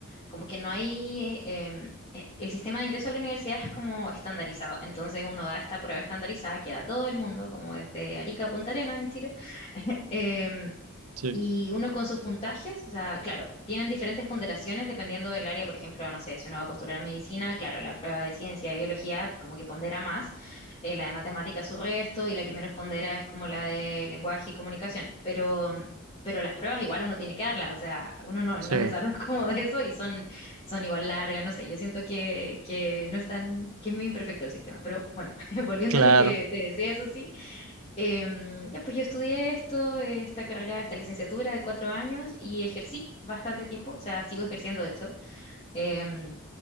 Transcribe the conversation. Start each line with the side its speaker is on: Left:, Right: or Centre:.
Left: como que no hay... em, e- el sistema de ingreso a la universidad es como estandarizado. Entonces uno da esta prueba estandarizada que da todo el mundo, como desde Arica a Punta Arenas en Chile. <laughs> Em,
Right: Sí,
Left: Y uno con sus puntajes, o sea, claro, tienen diferentes ponderaciones dependiendo del área, por ejemplo, no sé, si uno va a postular a medicina, claro, la prueba de ciencia y biología como que pondera más, eh, la de matemáticas su resto y la que menos pondera es como la de lenguaje y comunicación, pero, mm, pero las pruebas igual uno tiene que darlas, o sea, uno no,
Right: sí.
Left: no se salva <laughs> como de eso y son, son igual largas, no sé, yo siento que, que no es tan, que es muy imperfecto el sistema, pero bueno, <laughs> volviendo
Right: Claro.
Left: a lo que te decía, eso sí. Em, ya, pues yo estudié esto, eh, esta carrera, esta licenciatura de cuatro años y ejercí bastante tiempo, o sea, sigo ejerciendo de hecho. Em,